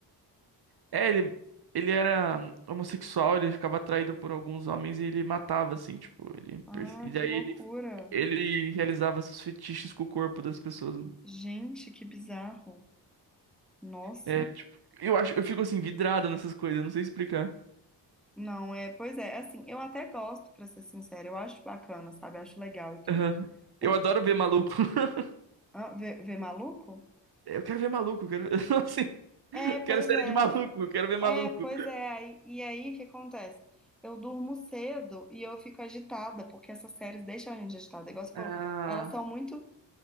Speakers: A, on the right; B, in the centre.
A: É, ele, ele era homossexual, ele ficava atraído por alguns homens e ele matava, assim, tipo, ele,
B: Ah,
A: pers- e daí
B: que loucura.
A: ele ele realizava seus fetiches com o corpo das pessoas.
B: Gente, que bizarro. Nossa.
A: É, tipo, eu acho, eu fico assim, vidrado nessas coisas, eu não sei explicar.
B: Não, é, pois é, assim, eu até gosto, pra ser sincera, eu acho bacana, sabe? Eu Acho legal e tudo.
A: Aham.
B: O,
A: Eu adoro
B: o-
A: ver maluco. <laughs>
B: ah, vê, vê maluco?
A: Eu quero ver maluco, eu quero ver, <laughs> assim,
B: É,
A: quero
B: pois
A: série
B: é.
A: de maluco, eu quero ver maluco.
B: É, pois é. Aí, e aí, o que acontece? Eu durmo cedo e eu fico agitada, porque essas séries deixam a gente agitada. Igual você falou,
A: Ah,
B: elas são muito